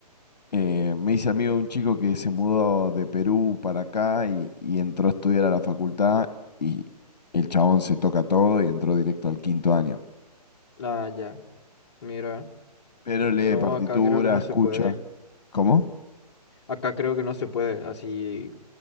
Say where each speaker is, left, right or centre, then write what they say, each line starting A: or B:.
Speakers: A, on the left; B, on the left.
A: eh, me hice amigo de un chico que se mudó de Perú para acá y, y entró a estudiar a la facultad y el chabón se toca todo y entró directo al quinto año.
B: Ah, ya. Mira.
A: Pero lee
B: No,
A: partitura,
B: acá creo que no
A: escucha.
B: se puede.
A: ¿Cómo?
B: Acá creo que no se puede. Así